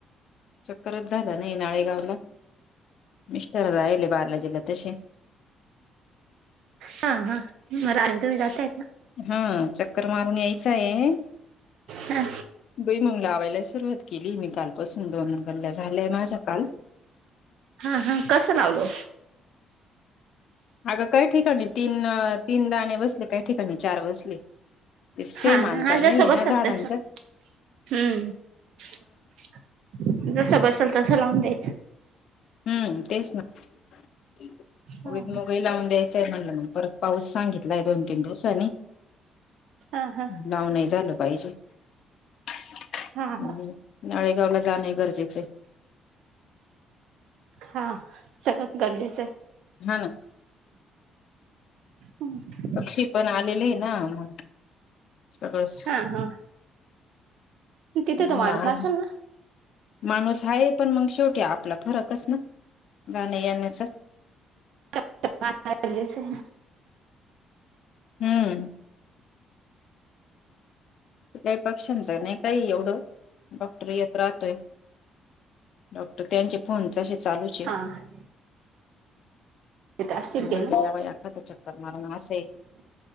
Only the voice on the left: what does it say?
चक्करच झाला नाही नाळेगावला मिस्टर जायले बार्ला जिल्ह्यात तशी
हं चक्कर मारून यायचं आहे
भुईमूग लावायला सुरुवात केली मी कालपासून दोन भरल्या झाल्या माझ्या काल
आगं काही ठिकाणी तीन तीन दाणे बसले काही ठिकाणी चार बसले. ते सेम
अंतर
नाही हे
ना झाडाचं.
हुं तेच ना उडीद,
मूग ही लावून द्याय चल म्हणलं मग परत पाऊस सांगितलाय दोन, तीन दिवस आणि
लांब नाही झालं पाहिजे <unintelligible>
नाळेगावला जाणं हे गरजेचं आहे.
हा ना.
पक्षी पण आलेले हे ना म सगळंस
म्हणून
आज
माणूस हाय पण मंग शेवटी आपला फरकच ना जाण्या येण्याच.
हम्म. काही पक्षांच आहे ना का एवढं? डॉक्टर येत राहतोय. डॉक्टर त्यांचे फोन तसे चालूच
म्हंटलं
याव एखाद चक्कर मारून आस हे